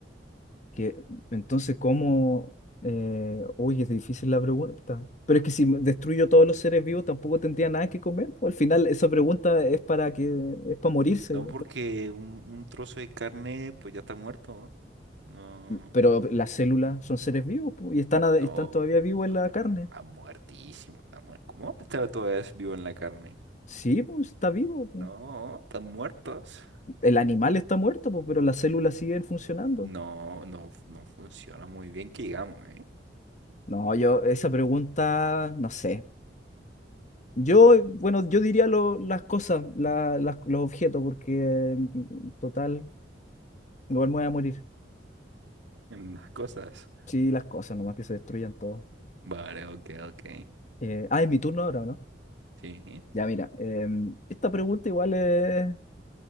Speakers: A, on the left (about 40°); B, on the right (about 85°).
A: que entonces, ¿cómo? Eh, uy, es difícil la pregunta. Pero es que si destruyo todos los seres vivos tampoco tendría nada que comer. pues, al final, esa pregunta es para que, es para morirse.
B: No porque un, un trozo de carne, pues ya está muerto. No,
A: Pero las células son seres vivos, po, y están, ade-
B: no,
A: están todavía vivos en
B: no,
A: la
B: está,
A: carne.
B: está muertísimo. Está muer- ¿Cómo está todavía vivo en la carne?
A: Sí, pues está vivo. po.
B: No, están muertos.
A: El animal está muerto, po, pero las células siguen funcionando.
B: No, no, no funciona muy bien que digamos, ¿eh?
A: No, yo, esa pregunta, no sé. Yo, eh, bueno, yo diría lo- las cosas, la- las- los objetos, porque eh, total, igual me voy a morir.
B: En las cosas.
A: Sí, las cosas, nomás que se destruyan todo.
B: Vale, ok, ok.
A: Eh, ah, es mi turno ahora, ¿o ¿no?
B: Sí.
A: Ya, mira, em, esta pregunta igual es.